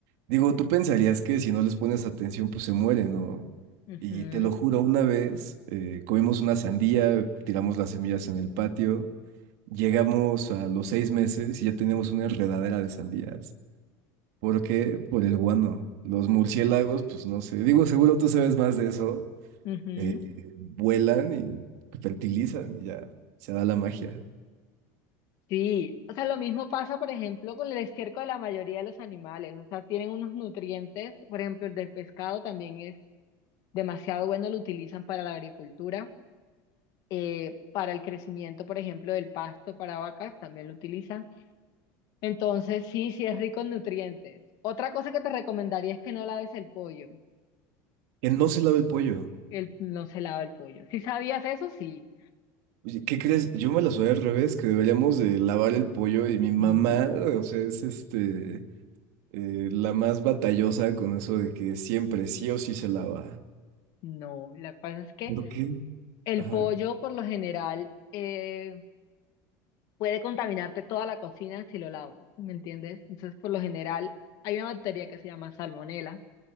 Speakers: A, on the right; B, on the left.
A: digo, tú pensarías que si no les pones atención, pues se mueren, ¿no?
B: Ujú,
A: Y te lo juro, una vez eh, comimos una sandía, tiramos las semillas en el patio, llegamos a los seis meses y ya teníamos una enredadera de sandías. ¿Por qué? Por el guano. Los murciélagos, pues no sé, digo, seguro tú sabes más de eso,
B: ujú.
A: eh, vuelan y fertilizan y ya se da la magia.
B: Sí, o sea, lo mismo pasa, por ejemplo, con el estiércol de la mayoría de los animales, o sea, tienen unos nutrientes, por ejemplo, el del pescado también es demasiado bueno, lo utilizan para la agricultura, eh, para el crecimiento, por ejemplo, del pasto para vacas, también lo utilizan. Entonces, sí, sí es rico en nutrientes. Otra cosa que te recomendaría es que no laves el pollo,
A: que no se lava el pollo.
B: el, no se lava el pollo. ¿Sí sabías eso? Sí.
A: Oye, ¿Qué crees? Yo me la soy al revés, que deberíamos de lavar el pollo y mi mamá,
B: No,
A: o sea, es este, eh, la más batallosa con eso de que siempre sí o sí se lava.
B: no, la cosa es que
A: ¿Por qué?
B: el
A: Ajá,
B: pollo por lo general... eh, puede contaminarte toda la cocina si lo lavas, ¿me entiendes? Entonces, por lo general, hay una bacteria que se llama salmonela,